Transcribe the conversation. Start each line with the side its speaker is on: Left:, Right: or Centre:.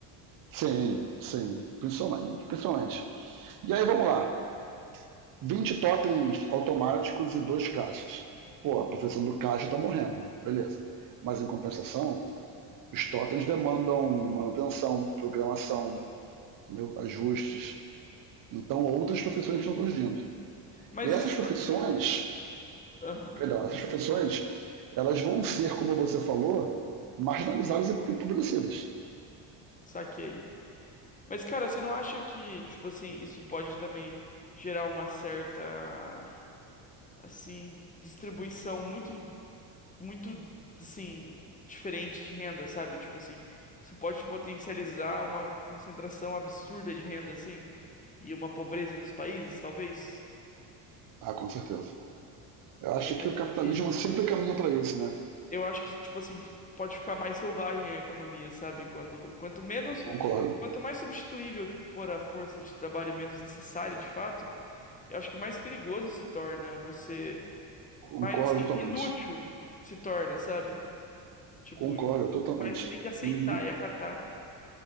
Right: sim, sim, principalmente, principalmente. E aí vamos lá. 20 totens automáticos e dois caixas. Pô, a profissão do caixa tá morrendo, beleza. Mas em compensação, Os totens demandam manutenção, programação, entendeu? ajustes. Então, outras profissões estão surgindo.
Left: Mas
Right: E essas
Left: e se
Right: profissões,
Left: não. Aham,
Right: perdão, essas profissões, elas vão ser, como você falou, marginalizadas e empobrecidas.
Left: saquei. Mas, cara, você não acha que, tipo assim, isso pode também gerar uma certa, assim, distribuição muito. muito, assim, diferente de renda, sabe? Tipo assim, isso pode potencializar uma concentração absurda de renda, assim, e uma pobreza nos países, talvez.
Right: Ah, com certeza. Eu acho
Left: Eu imagino
Right: que o capitalismo
Left: que.
Right: sempre caminha para isso, né?
Left: Eu acho que, tipo assim, pode ficar mais selvagem a economia, sabe? Quando, quanto menos.
Right: Concordo.
Left: Quanto mais substituível for a força de trabalho e menos necessária, de fato, eu acho que mais perigoso se torna você.
Right: Concordo
Left: Mais assim,
Right: totalmente.
Left: inútil se torna, sabe? Tipo,
Right: Concordo totalmente.
Left: mas tem que aceitar
Right: Uhum.
Left: e acatar.